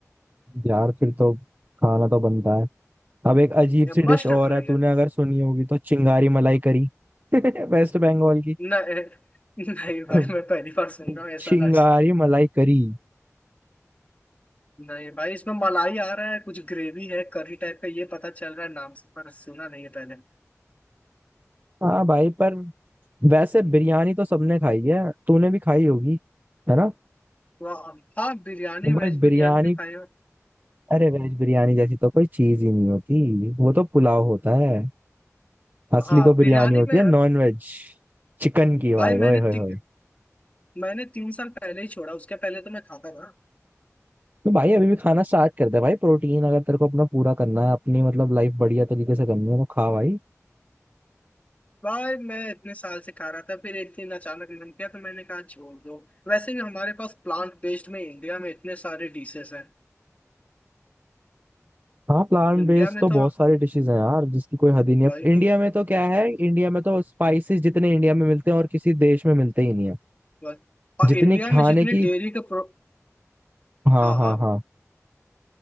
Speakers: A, on the right; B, on the left.
A: यार फिर तो खाना तो बनता है अब एक अजीब सी डिश
B: मस्ट
A: और
B: ट्राई
A: है तूने
B: है
A: अगर सुनी होगी तो चिंगारी मलाई करी <laughs> वेस्ट बंगाल की
B: नहीं नहीं
A: <laughs>
B: भाई मैं पहली बार सुन रहा हूँ ऐसा
A: चिंगारी
B: राइस
A: मलाई करी
B: नहीं भाई इसमें मलाई आ रहा है कुछ ग्रेवी है करी टाइप का ये पता चल रहा है नाम से पर सुना नहीं है पहले
A: हाँ भाई पर वैसे बिरयानी तो सबने खाई है तूने भी खाई होगी है ना
B: वाह हाँ बिरयानी
A: भाई
B: वेज बिरयानी
A: बिरयानी
B: भी खाई है
A: अरे वेज बिरयानी जैसी तो कोई चीज ही नहीं होती वो तो पुलाव होता है असली
B: हाँ
A: तो बिरयानी
B: बिरयानी
A: होती
B: में
A: है नॉन वेज चिकन की भाई
B: भाई मैंने
A: ओए होए
B: ती,
A: होए
B: मैंने तीन साल पहले ही छोड़ा उसके पहले तो मैं खाता था
A: तो भाई अभी भी खाना स्टार्ट कर दे भाई प्रोटीन अगर तेरे को अपना पूरा करना है अपनी मतलब लाइफ बढ़िया तरीके से करनी है तो खा भाई
B: भाई मैं इतने साल से खा रहा था फिर एक दिन अचानक मन किया तो मैंने कहा छोड़ दो वैसे भी हमारे पास प्लांट बेस्ड में इंडिया में इतने सारे डिशेस हैं
A: हाँ प्लांट
B: इंडिया
A: बेस्ड
B: में
A: तो बहुत
B: तो
A: सारे डिशेज हैं यार जिसकी कोई हद ही नहीं
B: भाई
A: है इंडिया में तो क्या है इंडिया में तो स्पाइसेस जितने इंडिया में मिलते हैं और किसी देश में मिलते ही नहीं है
B: भाई- और
A: जितनी
B: इंडिया
A: खाने
B: में जितने
A: की
B: डेयरी के प्रो
A: हाँ
B: हाँ
A: हाँ
B: हाँ
A: हाँ